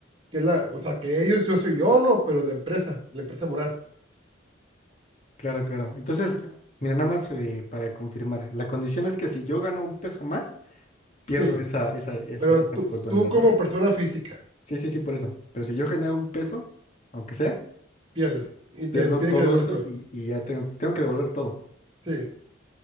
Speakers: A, on the right; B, on the left.
A: que es la, o sea, que ellos, yo soy yo, ¿no? Pero la empresa, la empresa moral.
B: Claro, claro. Entonces, mira, nada más eh, para confirmar, la condición es que si yo gano un peso más,
A: Sí,
B: pierdo esa, esa, esa,
A: Pero
B: esa
A: tú,
B: oportunidad,
A: tú como
B: ¿no?
A: persona física
B: Sí, sí, sí, por eso. Pero si yo genero un peso, aunque sea,
A: pierdes y te
B: pierdo
A: piden
B: todo
A: que devuelvas
B: eso
A: todo.
B: y, y ya tengo, tengo que devolver todo.
A: Sí,